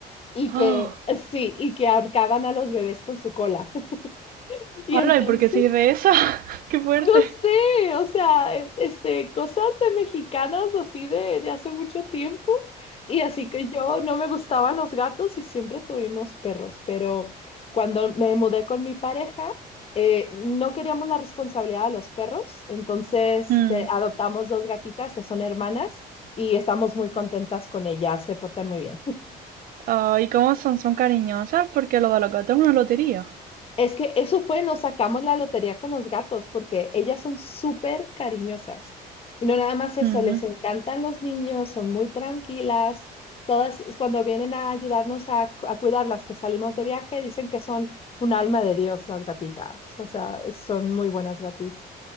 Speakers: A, on the left; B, on the right.
A: y
B: ¡Oh!
A: que, sí, y que ahorcaban a los bebés con su cola. <laughs> Y
B: Hola,
A: entonces,
B: ¿y por qué soy de esa? <laughs> ¡Qué fuerte!
A: no sé, o sea, e- este, cosas de mexicanas así de, de hace mucho tiempo. Y así que yo no me gustaban los gatos y siempre tuvimos perros, pero cuando me mudé con mi pareja, eh, no queríamos la responsabilidad de los perros, entonces
B: Hmm.
A: te- adoptamos dos gatitas que son hermanas y estamos muy contentas con ellas, se portan muy bien.
B: Ah, ¿y cómo son? ¿Son cariñosas? Porque lo de los gatos es una lotería.
A: Es que eso fue, nos sacamos la lotería con los gatos porque ellas son súper cariñosas. Y no nada más eso,
B: Hmm,
A: les encantan los niños, son muy tranquilas. Todas cuando vienen a ayudarnos a, cu- a cuidarlas que salimos de viaje, dicen que son un alma de Dios las gatitas. O sea, son muy buenas gatis.